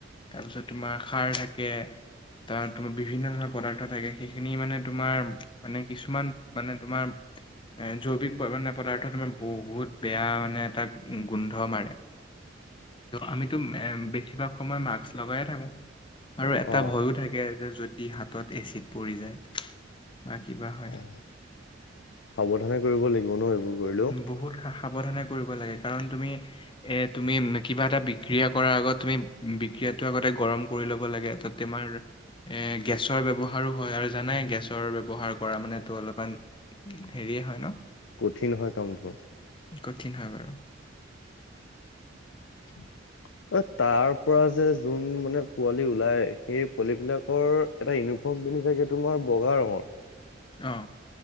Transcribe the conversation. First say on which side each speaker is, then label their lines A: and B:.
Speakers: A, on the left (about 25°); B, on the left (about 75°).
A: তাৰপিছত তোমাৰ খাৰ থাকে। তাৰ তোমাৰ বিভিন্ন ধৰণৰ পদাৰ্থ থাকে সেইখিনি মানে তোমাৰ। মানে কিছুমান মানে তোমাৰ। এ জৈৱিক মানে পদাৰ্থ তোমাৰ বহুত বেয়া মানে এটা গোন্ধ মাৰে। আমিতো এ বেছিভাগ সময় মাস্ক লগাইয়ে থাকো, আৰু এটা
B: অ অ
A: ভয়ো থাকে। যদি হাতত এচিড পৰি যায়। বা কিবা হয়
B: অ সাৱধানে কৰিব লাগিব ন এইবোৰ? কৰিলেও
A: বহুত সাৱধানে কৰিব লাগে। কাৰণ তুমি, এ তুমি কিবা এটা বিক্ৰিয়া কৰাৰ আগত তুমি বিক্ৰিয়ো আগতে গৰম কৰি ল'ব লাগে এ মাৰ। এ গেছৰ ব্যৱহাৰো হয় আৰু জানাই গেছৰ ব্যৱহাৰ কৰা মানে তটো অলপমান, হেৰি সেয় হয় ন।
B: কঠিন হয় কামটো।
A: কঠিন হয় বাৰু।
B: <unintelligible> অ তাৰ পৰা যে যোন মানে পোৱালি ওলাই সেই পোৱালী বিলাকৰ এটা ইউনি পিন্ধি থাকে তোমাৰ বগা ৰঙৰ।
A: আহ।